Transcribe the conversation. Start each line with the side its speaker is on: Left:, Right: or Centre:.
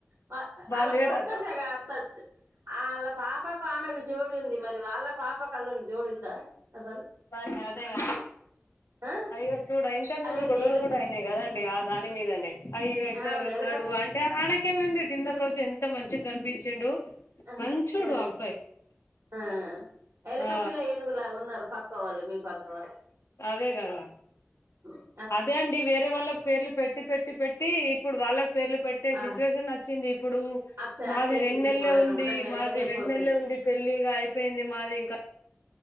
Right: వ
Left: బాలేడట
Right: ఆల కొడుక్కంటే గా తచ్చ ఆళ్ళ పాపకు ఆమెకు జోడి ఉంది. మరి వాళ్ళ పాప అల్లుని జోడు ఉందా అసలు?
Left: బా అదే గా
Right: ఆ
Left: అయ్యో చూడా ఇంతకు ముందు
Right: అదేంది
Left: గొడవలు
Right: ఎలు
Left: గూడ అయినాయి. కదండి ఆ దాని మీదనే అయ్యో ఎట్నే
Right: అవును
Left: ఉన్నాడు
Right: ఎలక
Left: అంటే ఆయనకేమైంది డిన్నర్ రోజు ఎంత మంచిగా కనిపించుండు
Right: ఆ
Left: మంచి
Right: ఆ
Left: అబ్బాయి.
Right: ఆ ఎలక
Left: ఆ
Right: పిల్ల ఏనుగులాగా ఉన్నారు పక్క వాళ్ళు మీ పక్క వాళ్ళు
Left: అదే కదా
Right: ఆ
Left: అదే అండి వేరే వాళ్ళకి పేర్లు పెట్టి పెట్టి పెట్టి ఇప్పుడు వాళ్ళకి పేర్లు పె
Right: ఆ
Left: సిచ్యువేషన్ అచ్చింది ఇప్పుడు
Right: అచ్చ
Left: మాది
Right: అచ్చేసింది
Left: రెండు నెల్లే
Right: ఇప్పుడు రెండు
Left: ఉంది
Right: రెండు నెలలు
Left: మాది
Right: అయితే అయిపోతది
Left: రెండు నెలలే ఉంది పెళ్లి ఇగ అయిపోయింది మాది ఇంకా